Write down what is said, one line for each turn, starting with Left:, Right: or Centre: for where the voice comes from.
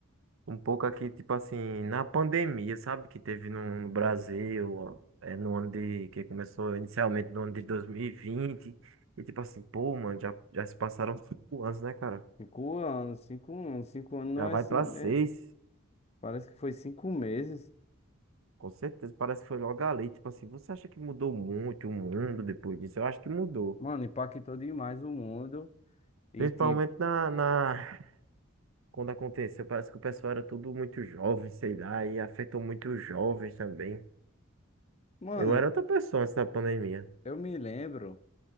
Right: um pouco aqui, tipo assim, na pandemia, sabe? Que teve no, no Brasil, ó, é, no ano de. Que começou inicialmente no ano de 2020. E vinte. E tipo assim, pô, mano, já, já se passaram cinco anos, né, cara?
Left: Cinco anos, cinco anos, cinco anos não
Right: Já
Left: é
Right: vai
Left: assim,
Right: pra
Left: né?
Right: seis.
Left: Parece que foi cinco meses.
Right: Com certeza, parece que foi logo ali. Tipo assim, você acha que mudou muito o mundo depois disso? Eu acho que mudou.
Left: Mano, impactou demais o mundo. E
Right: Principalmente
Left: tipo,
Right: na, na... quando aconteceu, parece que o pessoal era tudo muito jovem, sei lá, e afetou muito os jovens também.
Left: mano,
Right: Eu era outra pessoa antes da pandemia.
Left: eu me lembro.